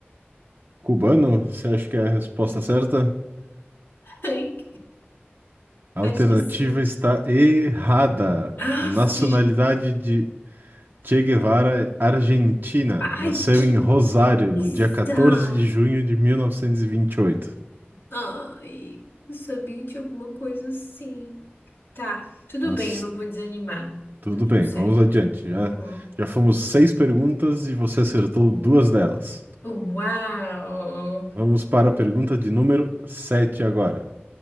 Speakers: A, on the right; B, on the left.
A: Cubano, você acha que é a resposta certa?
B: Ai,
A: A alternativa
B: acho que sim.
A: está errada.
B: Aff!
A: A nacionalidade de Che Guevara é argentina.
B: Ai,
A: Nasceu
B: que
A: em Rosário
B: coisa!
A: no dia 14 de junho de 1928.
B: Ai, eu sabia de alguma coisa assim. Tá, tudo
A: Mas
B: bem, eu não vou desanimar.
A: tudo
B: Tá tudo
A: bem,
B: certo.
A: vamos adiante. Já,
B: Uhum.
A: já fomos seis perguntas e você acertou duas delas.
B: Uau!
A: Vamos para a pergunta de número 7 agora.